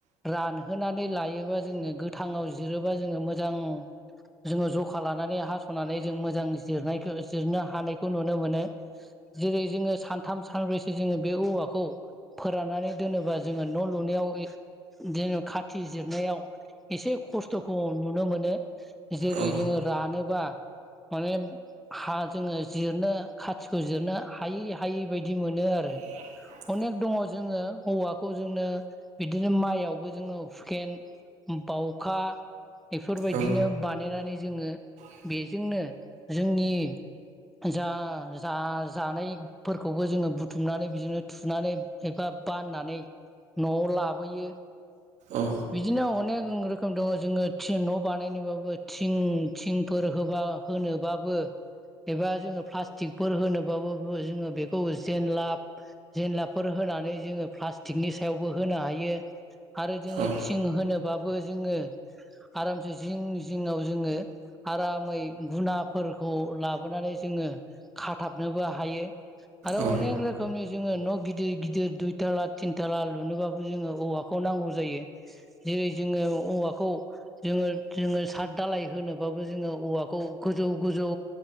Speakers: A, in the centre; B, on the right.
A: रानहोनानै लायोबा जोङो गोथाङाव बिजिरोबा जोङो मोजां जोङो जखा लानानै हास'नानै जों मोजां जिरनायखौ जिरनो हानायखौ नुनो मोनो जेरै जोङो सानथाम सानब्रैसो जोङो बे औवाखौ फोराननानै दोनोबा जोङो न' लुनायाव जोङो खाथि जिरनायाव एसे खस्थ'खौ नुनो मोनो जेरै
B: औ
A: जोङो रानोबा माने हा जोङो जिरनो खाथिखौ जिरनो हायै हायै बायदि मोनो
B: <unintelligible> <inaudible>
A: अनेख दङ जोङो औवाखौ जोंनो बिदिनो माइयावबो जोङो हुखेन बावखा बेफोरबायदिनो
B: औ
A: बानायनानै जोङो
B: औ
A: बे जोंनो जोंनि जा जा जानायफोरखौबो जोङो बुथुमनानै बिदिनो थुनानै एबा बाननानै न'आव लाबोयो
B: औ
A: बिदिनो अनेक रोखोम दङ जोङो थिं न' बानायनोबाबो थिं थिंफोर होबा ओ होनोबाबो। एबा जोङो प्लास्टिकफोर होनोबाबो बो जोङो बेखौ जेनलाब जेनलाब। फोर होनानै जोङो प्लास्टिकनि सायावबो होनो हायो आरो जोङो।
B: औ
A: थिं होनोबाबो जोङो आरामसे जिं जिंआव जोङो। आरामै गुनाफोरखौ लाबोनानै जोङो खाथाबनोबो हायो। आरो
B: औ
A: अनेक रोखोमनि जोङो न' गिदिर। दै गिदिर दुइथाला थिनथाला लुनोबाबो जोङो औवाखौ नांगौ जायो। जेरै जोङो औवाखौ जोङो जोङो सात दालाय होनोबाबो जोङो औवाखौ गोजौ गोजौ